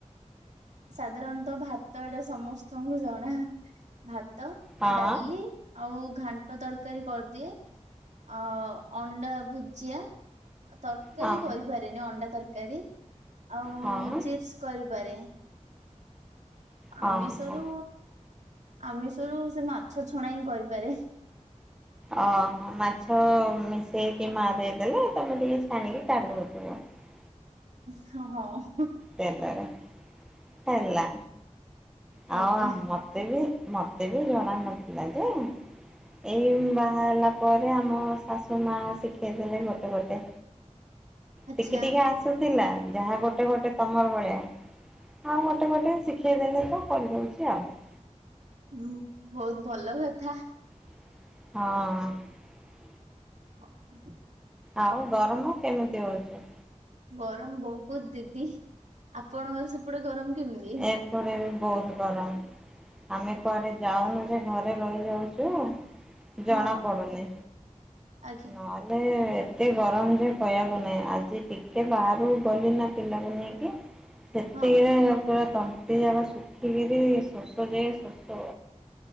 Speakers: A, on the right; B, in the centre.
A: ସାଧାରଣତଃ ଭାତ ଏଇଟା ସମସ୍ତଙ୍କୁ ଜଣା ଭା ଭାତ
B: ହଁ
A: ଡାଲି ଆଉ ଘାଣ୍ଟ ତରକାରୀ କରିଦିଏ। ଆ ଅଣ୍ଡା ଭୁଜିଆ ତରକାରୀ
B: ହଁ
A: କରିପାରେନି ଅଣ୍ଡା ତର କାରି। ଆଉ
B: ହଁ
A: ଚିପ୍ସ କରିପାରେ। <inaudible>
B: ହଁ
A: ଆମିଶରୁ
B: ହଁ
A: ଆମିଷରୁ ସେ ମାଛ ଛଣା ହିଁ କରିପାରେ।
B: ଓହୋ ମାଛ ମିଶେଇକି, ମା ଦେଇଦେଲେ ତମେ ଟିକେ ଛାଣିକି କଢି ଦଉଥିବ ।
A: ହଁ ।
B: ତେଲରେ ହେଲା। ହଁ
A: ଆଜ୍ଞା
B: ମତେ ମତେ ବି ଜଣା ନଥିଲା ଯେ, ଏଇ ବାହା ହେଲା ପରେ ଆମ ଶାଶୁ ମା ଶିଖେଇ ଦେଲେ ଗୋଟେ ଗୋଟେ।
A: ଆଚ୍ଛା
B: ଟିକେ ଟିକେ ଆସୁଥିଲା। ଯାହା ଗୋଟେ ଗୋଟେ ତମର ଭଳିଆ। ହଁ ଗୋଟେ ଗୋଟେ ଶିଖ ଖିଦେଲେ ତ। କରିଦେଉଛି ଆଉ ।
A: ହୁଁ ବହୁତ ଭଲ କଥା ।
B: ହଁ।
A: ହଁ <unintelligible>
B: ଆଉ ଗରମ କେମିତି ହଉଛି?
A: ଗରମ ବହୁତ ଦିଦି ଆପଣଙ୍କର ସେପଟେ ଗରମ କେମିତି?
B: ଏପଟେ ବି ବହୁତ ଗରମ ଆମେ କୁଆଡ଼େ ଯାଉନୁ ଯେ ଘରେ ରହିଯାଉଛୁ।
A: ହଁ
B: ଜଣା ପଡୁନି
A: ଆଜ୍ଞା
B: ନଏଲେ ଏତେ ଗରମ ଯେ କହିଆକୁ ନାହିଁ ଆଜି ଟିକେ ବାହାରୁ ଗଲି ନା ପିଲାକୁ ନେଇକି ସେତିକ
A: ହଁ
B: ହିଁ। ପୁରା ତଣ୍ଟି ଯାକ ଶୁଖିକିରି ଶୋଷ ଯେ ଶୋଷ।